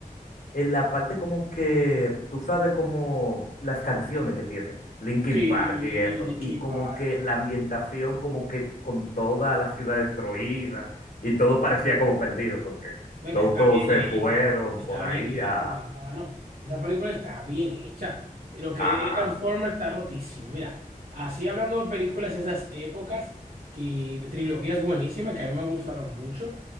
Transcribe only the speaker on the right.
Sí,
Linkin
Park.
Hombre,
que está
bien
hecha,
está
bien hecha,
mi hermano. Esa película está bien hecha. Lo que
de Transformers está rotísimo. Mira, así hablando de películas de esas épocas, que de trilogías buenísimas que a mí me gustaron mucho.